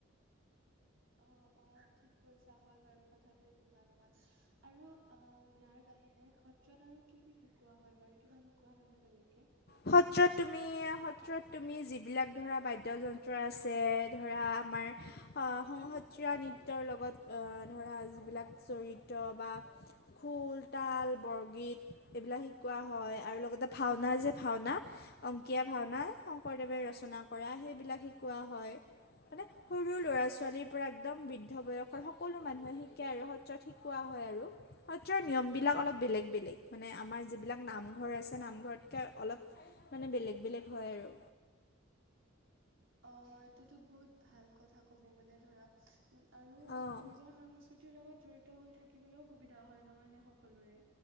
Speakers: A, on the right; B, on the left.
A: অ অ ঠিক কৈছা হয় বাৰু কথাটো নোহোৱা নহয়। আৰু আ ইয়াৰ বাহিৰে সত্ৰত আৰু কি কি শিকোৱা হয় বাৰু কিবা শিকোৱা হয় নে বেলেগকে?
B: সত্ৰত তুমি সত্ৰত তুমি যিবিলাক ধৰা বাদ্যযন্ত্ৰ আ ছে ধৰা আমাৰ আহ সত্ৰীয়া নৃত্যৰ লগত ধৰা যিবিলাক চৰিত্ৰ বা খুল, তাল, বৰগীত এইবিলাক শিকোৱা হয়। আৰু লগতে ভাওঁনা যে ভাওঁনা অংকীয়া ভাওঁনা শংকৰদেৱে ৰচনা কৰা সেইবিলাক শিকোৱা হয়। হয়নে? সৰু ল'ৰা-ছোৱালীৰ পৰা একদম বৃদ্ধ বয়সৰ সকলো মানুহে শিকে আৰু সত্ৰত শিকোৱা হয় আৰু। সত্ৰৰ নিয়মবিলাক অলপ বেলেগ-বেলেগ মানে আমাৰ যিবিলাক নামঘৰ আছে নামঘৰতকে অলপ মানে বেলেগ-বেলেগ হয় আৰু।
A: অহ, এইটোতো বহুত ভাল কথা ক'ব গ'লে ধৰা উম, আৰু
B: অঁ
A: নিজৰ সাংস্কৃতি লগত জড়িত হৈ থাকিবলৈও সুবিধা হয় নহয়নে সকলোৰে।